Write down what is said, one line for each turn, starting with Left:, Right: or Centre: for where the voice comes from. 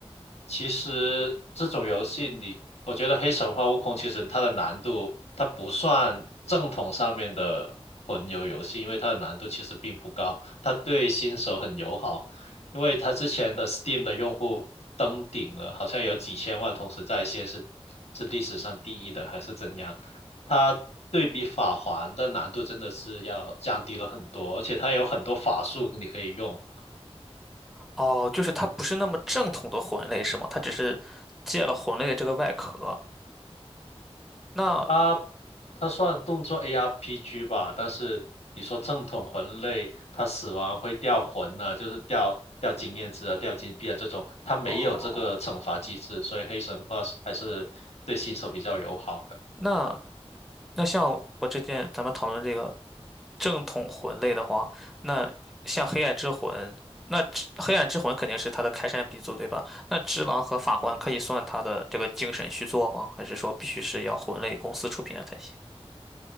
Left: 其实这种游戏你，我觉得《黑神话：悟空》其实它的难度，它不算正统上面的魂游游戏，因为它的难度其实并不高，它对新手很友好，因为它之前的 Steam 的用户登顶了，好像有几千万同时在线是是历史上第一的还是怎样，它对比法环的难度真的是要降低了很多，而且它有很多法术你可以用。
Centre: 哦，就是它不是那么正统的魂类是吗？它只是借了魂类的这个外壳。那
Left: 它它算动作 ARPG 吧，但是你说正统魂类，它死亡会掉魂呢、就是掉掉经验值啊、掉金币啊这种，它没有这个惩罚机制，
Centre: 哦，
Left: 所以黑神话是还是对新手比较友好的。
Centre: 那那像我之前咱们讨论这个正统魂类的话，那像黑暗之魂，那只黑暗之魂肯定是它的开山鼻祖，对吧？那只狼和法环可以算它的这个精神续作吗？还是说必须是要魂类公司出品的才行？